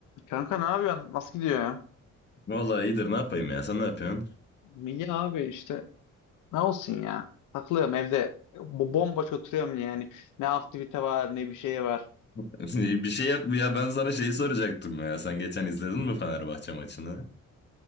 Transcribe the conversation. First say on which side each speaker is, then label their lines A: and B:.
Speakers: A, on the left; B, on the left.
A: Kanka ne yapıyorsun? Nasıl gidiyor ya?
B: Vallahi iyidir ne yapayım ya sen ne yapıyorsun?
A: İyi abi işte. Ne olsun ya? Takılıyorum evde. Bu bomboş oturuyorum yani. Ne aktivite var ne bir şey var.
B: <laughs> Bir şey yap ya ben sana şeyi soracaktım ya sen geçen izledin mi Fenerbahçe maçını?